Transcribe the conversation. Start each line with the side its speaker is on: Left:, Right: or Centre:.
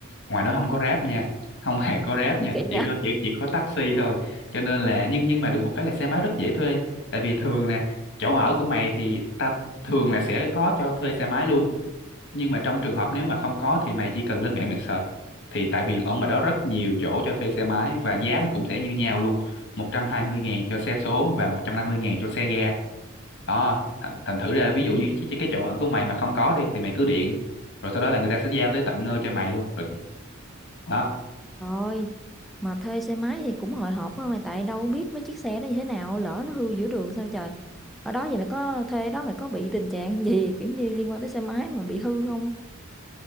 Left: ngoài đó không có Grab nha không hề có Grab
Centre: có gì
Left: nha
Centre: kỳ
Left: chỉ
Centre: vậy
Left: có chỉ chỉ có taxi thôi cho nên là nhưng nhưng mà được một cái là xe máy rất dễ thuê tại vì thường nè chỗ ở của mày thì ta thường là sẽ có cho thuê xe máy luôn nhưng mà trong trường hợp nếu mà không có thì mày chỉ cần lên mạng mày search thì tại vì ở ngoài đó rất nhiều chỗ cho thuê xe máy và giá nó cũng sẽ như nhau luôn một trăm hai mươi ngàn cho xe số và một trăm năm mươi ngàn cho xe ga đó thành, thành thử ra ví dụ
Centre: Ừ.
Left: như
Centre: <laughs>
Left: cái, cái chỗ ở của mày mà không có đi thì mày cứ điện rồi sau đó là người ta sẽ giao tới tận nơi cho mày luôn rồi đó
Centre: rồi mà thuê xe máy thì cũng hồi hộp quá mày tại đâu biết mấy chiếc xe đó như thế nào lỡ nó hư giữa đường sao trời ở đó vậy mày có thuê đó mày có bị tình trạng gì kiểu như liên quan tới xe máy mà bị hư không